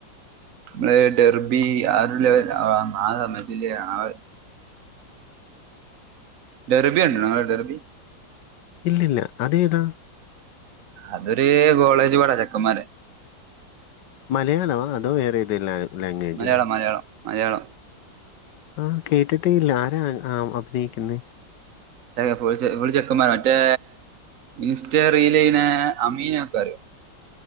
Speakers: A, on the right; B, on the left.
A: മ്മളെ ഡെർബി ആരൂല്യ ആ ആസമയത്തില്ല <unintelligible> ഡെർബി കണ്ട്‌ണോങ്ങള് ഡെർബി.
B: ഇല്ലില്ല അതേ താ.
A: അതൊരു കോളേജ് പടാ ചെക്കന്മാരെ
B: മലയാളൊവൊ അതോ വേറെതെല് ലാ ലാംഗ്വേജാ-
A: മലയാളം മലയാളം മലയാളം
B: ആഹ് കേട്ടിട്ടേയില്ല ആരാ ആ അഭിനയിക്കുന്നെ
A: <unintelligible> ഫുൾ ചെക്ക ഫുൾ ചെക്കൻമാ മറ്റേ ഇൻസ്റ്റ റീലിനെ അമീനൊക്കെ അറിയൊ?